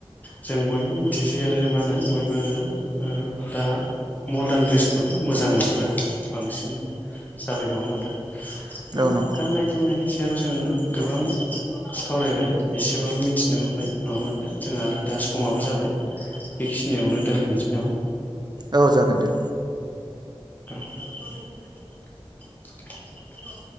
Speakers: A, on the left; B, on the right.
A: जों बयबो मिथिसै आरो मा होनो बयबो ओ दा मर्दान ड्रेसखौनो मोजां मोनो। <unintelligible> बांसिन जाबाय नङा होनबा नोंथां। दा
B: औ नंगौ
A: गान्नाय जोमनायनि सा सायाव जों गोबां सावरायबाय एसेबाबो मिथिनो मोनबाय नङा होनबा नोंथां जोंहा आरो दा समाबो जाबाय। बेखिनियावनो दोन्थनिसै नामा?
B: औ जागोन दे।
A: औ।